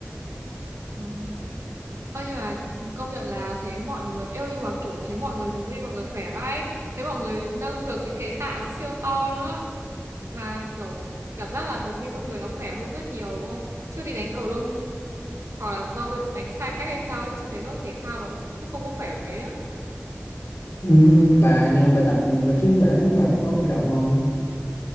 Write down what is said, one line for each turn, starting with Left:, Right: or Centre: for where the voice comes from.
Right: vâng. Ơ nhưng mà công nhận là thấy mọi người yêu nhưng mà kiểu thấy mọi người đứng đi mọi người khỏe vãi ấy. Thấy mọi người nâng được những cái tạ nó siêu to luôn á mà kiểu cảm giác là tập gym trong người nó khỏe hơn rất nhiều đúng không chứ đi đánh cầu lông ừ, hoặc là do tôi đánh sai cách hay sao ấy chứ thấy nó thể thao mà nó, nó không có khỏe mấy á
Left: ừ, bà nhưng mà bà tập bà chứ bà đánh bà có khởi động không